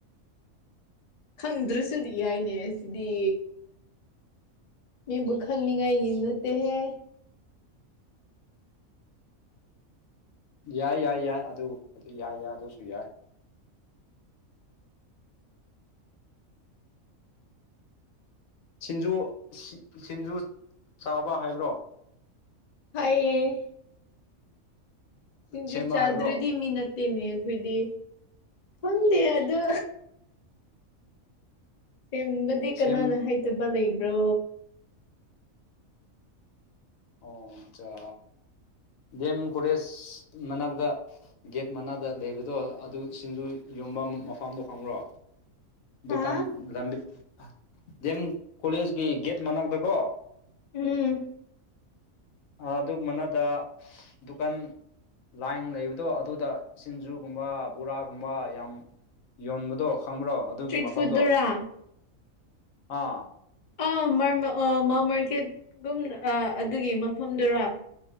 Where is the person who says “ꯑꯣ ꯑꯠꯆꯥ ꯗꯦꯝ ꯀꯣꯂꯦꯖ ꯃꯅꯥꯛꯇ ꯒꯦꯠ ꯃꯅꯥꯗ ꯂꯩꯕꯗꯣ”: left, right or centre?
Left